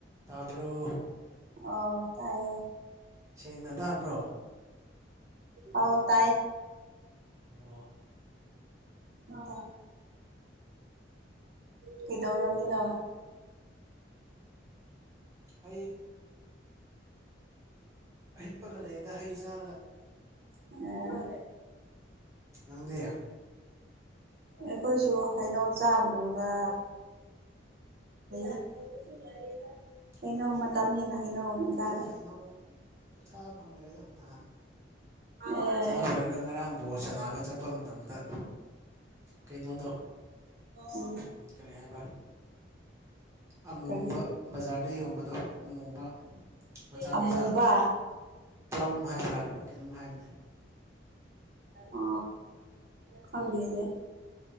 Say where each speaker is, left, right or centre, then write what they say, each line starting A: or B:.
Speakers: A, on the right; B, on the right.
A: ꯇꯕꯔꯣ
B: ꯑꯣ ꯇꯥꯏꯌꯦ
A: ꯁꯦꯡꯅ ꯇꯥꯕ꯭ꯔꯣ
B: ꯑꯧ ꯇꯥꯏ
A: ꯑꯣ
B: ꯑ ꯀꯩꯗꯧꯔꯝꯃꯤꯅꯣ
A: <unintelligible> ꯍꯤꯞꯄꯒ ꯂꯩꯗ ꯍꯩ ꯆꯥꯔꯒ
B: ꯎꯝ
A: ꯅꯪꯗꯤ
B: ꯑꯩꯈꯣꯏꯁꯨ ꯍꯩꯅꯧ ꯆꯥꯕ ꯂꯣꯏꯔꯒ <unintelligible>
A: ꯍꯩꯅꯧꯁꯤ
B: ꯃꯇꯝꯅꯤꯅ
A: ꯌꯥꯝ ꯍꯥꯎꯕꯅꯤꯅꯦ
B: ꯍꯩꯅꯧ ꯑꯣꯏꯅ ꯆꯥꯔꯦ
A: ꯑꯩꯗꯤ ꯍꯩꯅꯧ ꯆꯥꯕꯥ ꯐꯪꯗ꯭ꯔꯦꯗ ꯅꯍꯥꯟ
B: ꯑꯦ
A: ꯆꯥꯕ ꯂꯣꯏꯔꯒ ꯉꯔꯥꯡ ꯕꯣꯜ ꯁꯅꯕ ꯆꯠꯄ ꯃꯇꯝꯗ ꯀꯩꯅꯣꯗꯣ
B: ꯎꯝ
A: ꯀꯔꯤ ꯍꯥꯏꯕ ꯑꯃꯨꯕ
B: ꯀꯔꯤ
A: ꯕꯖꯥꯔꯗ ꯌꯣꯟꯕꯗꯣ ꯑꯃꯨꯕ ꯃꯆꯥ
B: ꯑꯃꯨꯕ
A: ꯃꯆꯥ ꯄꯂꯝ ꯍꯥꯏꯕ꯭ꯔꯥ ꯀꯩꯅꯣꯝ ꯍꯥꯏꯕꯅꯦ
B: ꯑ ꯈꯪꯗꯦꯅꯦ